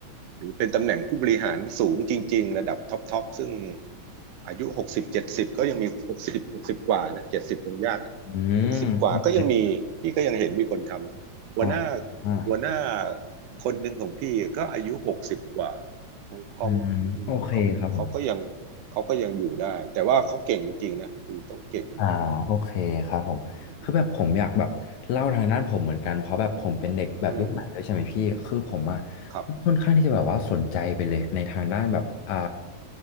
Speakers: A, on the right; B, on the left.
A: หรือเป็นตำแหน่งผู้บริหารสูงจริงๆระดับท็อปทอปซึ่งอายุหกสิบเจ็ดสิบก็ยังมีหกสิบหกสิบกว่านะเจ็ดสิบคงยาก
B: อืมโอเค
A: หกสิบกว่าก็ยังมีพี่ก็ยังเห็นมีคนทำหัวหน้า
B: อ่าอ่า
A: หัวหน้าคนหนึ่งของพี่ก็อายุหกสิบกว่าเขาเขาอืมเขาเขาก็ยัง
B: อืมโอเคครับผม
A: เขาก็ยังอยู่ได้แต่ว่าเขาเก่งจริงๆนะคือต้องเก่งมาก
B: อ่าโอเคครับผมคือแบบผมอยากแบบเล่าทางด้านผมเหมือนกันเพราะแบบผมเป็นเด็กแบบรุ่นใหม่ด้วยใช่ไหมพี่คือผมอะ
A: ๆอืมอืมครับ
B: ค่อนข้างที่จะแบบว่าสนใจไปเลยในทางด้านแบบอ่า